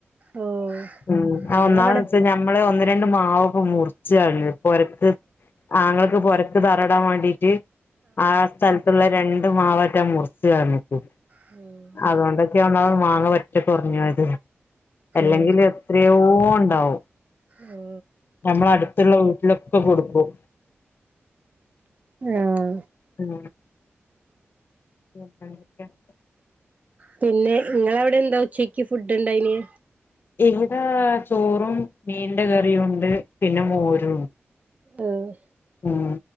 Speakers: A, on the right; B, on the left.
A: ഓ
B: ഉം
A: നമ്മളവിടെ
B: ആഹ് ഒന്നാമത്ച്ചാ ഞമ്മള് ഒന്ന് രണ്ട് മാവൊകെ മുറിച്ച് കൾഞ്ഞു പൊരക്ക് ആങ്ങളക്ക് പൊരക്ക് തറടാവാണ്ടീട്ട് ആഹ് സ്ഥൽത്ത്ള്ളേ രണ്ട് മാവേറ്റം മുറിച്ച് കൾഞ്ഞിട്ട്
A: അതെ
B: അതൊണ്ടാണ് റ്റ്യ ഒന്നാമത് മാങ്ങ പറ്റേ കൊറഞ്ഞത് എല്ലെങ്കില്
A: അതെ
B: എത്രയോണ്ടാവും
A: ഉം
B: നമ്മള അട്ത്ത്ള്ള വീട്ട്ലൊക്ക കൊടുക്കും
A: ആഹ്
B: ഉം <unintelligible>
A: പിന്നെ ഇങ്ങളവ്ടെന്താ ഉച്ചക്ക് ഫുഡ്ണ്ടാന്യേ
B: ഇവിടെ ചോറും മീന്റെ കറിയുംണ്ട് പിന്നെ മോരും
A: ആഹ്
B: ഉം